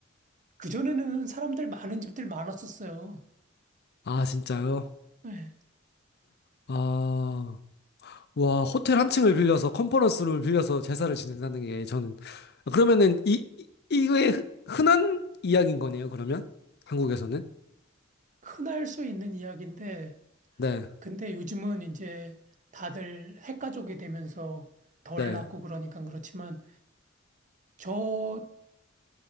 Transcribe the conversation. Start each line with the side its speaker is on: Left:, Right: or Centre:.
Right: 그전에는 사람들 많은 집들 많았었어요.
Left: 아, 진짜요?
Right: 네.
Left: 아. 와, 호텔 한 층을 빌려서 컨퍼런스 룸을 빌려서 제사를 지낸다는 게 저는 그러면은 이 이- 이거의 흔- 흔한 이야기인 거네요, 그러면? 한국에서는?
Right: 흔할 수 있는 이야기인데
Left: 네.
Right: 근데 요즘은 이제 다들 핵가족이 되면서 덜
Left: 네.
Right: 낳고 그러니까 그렇지만 저